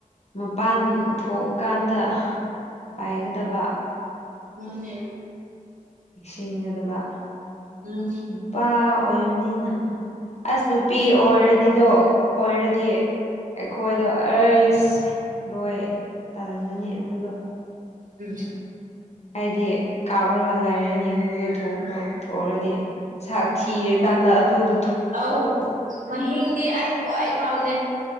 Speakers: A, on the left (about 50°); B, on the right (about 65°).
A: ꯃꯄꯥꯟ ꯊꯣꯛꯀꯥꯟꯗ ꯄꯥꯏꯒꯗꯕ
B: ꯎꯝ
A: ꯆꯤꯟꯒꯗꯕ
B: ꯎꯝ
A: ꯅꯨꯄꯥ ꯑꯣꯏꯕꯅꯤꯅ ꯑꯁ ꯅꯨ ꯅꯨꯄꯤ ꯑꯣꯏꯔꯗꯤꯗꯣ ꯑꯣꯏꯔꯗꯤ ꯑꯩꯈꯣꯏꯗꯣ ꯑꯁ ꯂꯣꯏ ꯇꯜꯂꯅꯤ ꯑꯗꯨꯗꯣ
B: ꯎꯝ
A: ꯍꯥꯏꯗꯤ ꯀꯥꯞꯔꯒ ꯂꯩꯔꯅꯤ ꯑꯗꯨꯗ ꯊꯣꯛꯄꯣ ꯊꯣꯛꯔꯗꯤ ꯆꯥꯛ ꯊꯤꯔꯀꯥꯟꯗ ꯑꯗꯨꯗꯨ
B: ꯑ ꯃꯍꯤꯗꯤ ꯑ ꯈ꯭ꯋꯥꯏ ꯄꯥꯝꯗꯦ